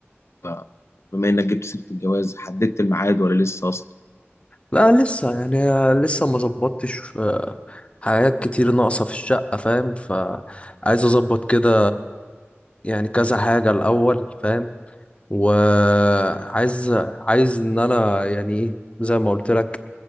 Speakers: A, on the left; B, on the left.
A: بقى- بما انك جبت سيره الجواز حددت الميعاد ولا لسه اصلا
B: لا لسه يعني لسه ما ظبطتش آه، حاجات كتير ناقصة في الشقة فاهم فعايز اظبط كده يعني كذا حاجة الاول فاهم وعايز عايز ان انا يعني ايه زي ما قلت لك